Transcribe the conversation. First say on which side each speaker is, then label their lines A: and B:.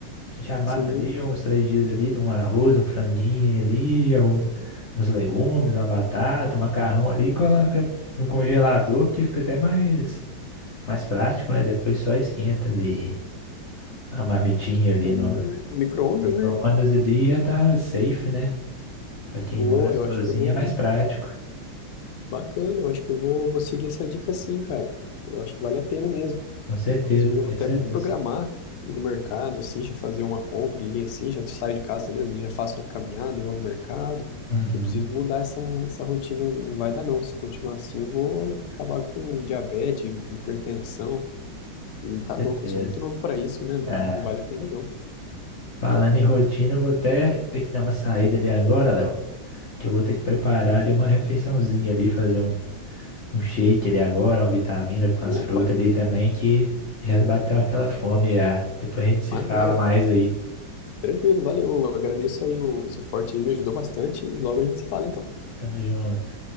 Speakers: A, on the left; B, on the left.
A: Você já mata
B: Sim,
A: ali uns três dias ali, de um arroz, um franguinho ali, al- uns legumes, uma batata, um macarrão ali, e coloca no congelador, porque fica até mais, mais prático, né? Depois só esquenta ali a marmitinha ali
B: sim,
A: no
B: é, micro-ondas,
A: micro-ondas
B: né?
A: ali e já tá safe, né? Pra quem
B: Boa,
A: mora sozinho
B: eu acho que eu vou.
A: é mais prático,
B: Bacana, eu acho que eu vou, vou seguir essa dica sim, cara. Eu acho que vale a pena mesmo.
A: com certeza,
B: Inclusive, eu
A: pensa
B: vou até me
A: nisso.
B: programar, ir no mercado, assim, já fazer uma compra ali, assim, já saio de casa também, às vezes já faço uma caminhada e vou no mercado,
A: Uhum,
B: que eu preciso mudar essa, essa rotina, não vai dar não, se eu continuar assim eu vou acabar com diabetes, hipertensão, e tá
A: certeza.
B: louco, eu sou muito novo para isso, né, não,
A: É.
B: não vale a pena não.
A: Falando em rotina, eu vou até ter que dar uma saída ali agora, Léo. que eu vou ter que preparar ali uma refeiçãozinha ali, fazer um, um shake ali agora, uma vitamina com
B: Opa,
A: as frutas ali também, que já bateu aquela fome já. Depois a gente se
B: maneiro,
A: fala mais aí.
B: tranquilo, valeu, agradeço aí o, o suporte aí, me ajudou bastante, e logo a gente se fala então.
A: Tamo junto.